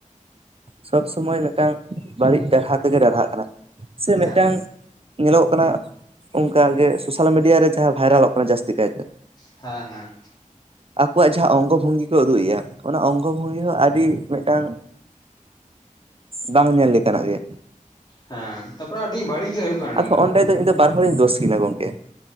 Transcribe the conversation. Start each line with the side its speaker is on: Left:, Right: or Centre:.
Right: ᱥᱚᱵ ᱥᱚᱢᱚᱭ ᱢᱤᱫᱴᱟᱝ ᱵᱟᱹᱲᱤᱡ ᱰᱟᱨᱦᱟ ᱛᱮᱜᱮ ᱨᱟᱨᱦᱟᱜ ᱠᱟᱱᱟ, ᱥᱮ
Left: ᱦᱮᱸ
Right: ᱢᱤᱫᱴᱟᱝ ᱧᱮᱞᱚᱜ ᱠᱟᱱᱟ ᱚᱝᱠᱟᱜᱮ ᱥᱳᱥᱟᱞ ᱢᱤᱰᱤᱭᱟ ᱨᱮ ᱡᱟᱦᱟᱸ ᱵᱷᱟᱭᱨᱟᱞᱚᱜ ᱠᱟᱱᱟ ᱡᱟᱹᱥᱛᱤ ᱠᱟᱭᱛᱮ,
Left: ᱦᱟᱸ ᱦᱟᱸ
Right: ᱟᱠᱚᱣᱟᱜ ᱡᱟᱦᱟᱸ ᱚᱝᱜᱚ ᱵᱷᱚᱝᱜᱤ ᱠᱚ ᱩᱫᱩᱜ ᱮᱭᱟ ᱚᱱᱟ ᱚᱝᱜᱚ ᱦᱩᱭ ᱦᱚᱸ ᱟᱹᱰᱤ ᱢᱤᱫᱴᱟᱝ ᱵᱟᱝ ᱧᱮᱞ ᱞᱮᱠᱟᱱᱟᱜ ᱜᱮ,
Left: ᱦᱮᱸ ᱛᱟᱯᱚᱨᱮ ᱟᱹᱰᱤ ᱵᱟᱹᱲᱤᱡ ᱜᱮ ᱦᱩᱭᱩᱜ ᱠᱟᱱᱟ ᱱᱤᱭᱟᱹ
Right: ᱟᱫᱚ
Left: ᱠᱚᱫᱚ᱾
Right: ᱚᱸᱰᱮ ᱫᱚ ᱤᱧ ᱫᱚ ᱵᱟᱨ ᱦᱚᱲᱤᱧ ᱫᱚᱥ ᱠᱤᱱᱟ ᱜᱚᱝᱠᱮ᱾